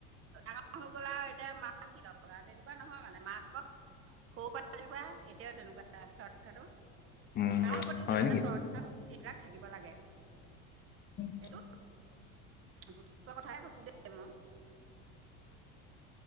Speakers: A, on the right (about 35°); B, on the left (about 25°).
A: ডাঙৰ হৈ গ'লা আউ এতিয়া মা কি দৰকাৰ তেনেকুৱা নহয় মানে মাকক সৰু পা যেনেকুৱা এতিয়াও তেনেকুৱা <unintelligible> কথাটো
B: উম
A: ডাঙৰ প্ৰতি
B: হয়
A: যে
B: নেকি?
A: মানে শ্ৰদ্ধা ভক্তি এইবিলাক থাকিব লাগে।
B: <inaudible>
A: এইটো যুক্তিকৰ কথাহে কৈছোঁ দেই মই।